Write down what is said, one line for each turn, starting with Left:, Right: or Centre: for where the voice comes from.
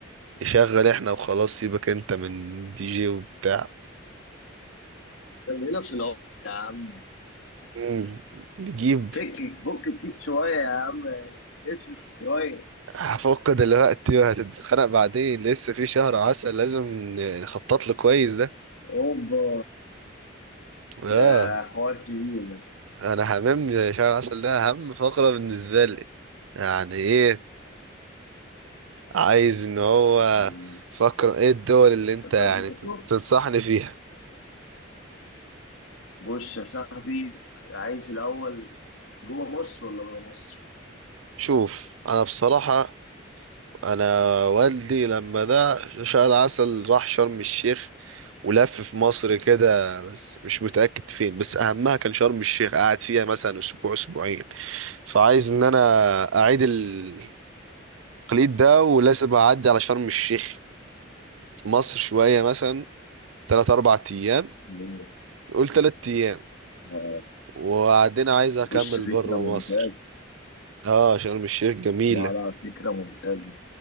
Right: نشغل احنا وخلاص سيبك انت من دي جي وبتاع
Left: هنا في العمر يا عم
Right: مم، نجيب
Left: فك فك الكيس شوية يا عم اصرف شوية
Right: هفك دلوقتي وهتتخانق بعدين لسه في شهر عسل لازم نخطط له كويس ده
Left: اوبا
Right: اه
Left: يا حوار كبير ده
Right: انا هممني شهر عسل ده اهم فقرة بالنسبة لي يعني ايه عايز ان هو
Left: مم.
Right: فقرة ايه الدول اللي انت
Left: تكررته
Right: يعني تنصحني فيها
Left: بص يا صاحبي عايز الأول جوه مصر ولا بره مصر؟
Right: شوف انا بصراحة انا والدي لما ده شال عسل راح شرم الشيخ ولف في مصر كده بس مش متأكد فين بس اهمها كان شرم الشيخ قعد فيها مثلا اسبوع اسبوعين فعايز ان انا اعيد التقليد ده ولازم اعدي على شرم الشيخ في مصر شوية مثلا تلات اربع ايام
Left: مم.
Right: قول تلات ايام
Left: آه.
Right: وبعدين عايز اكمل
Left: بص فكرة
Right: برا
Left: ممتازة
Right: مصر اه شرم الشيخ جميلة
Left: لا لا فكرة ممتازة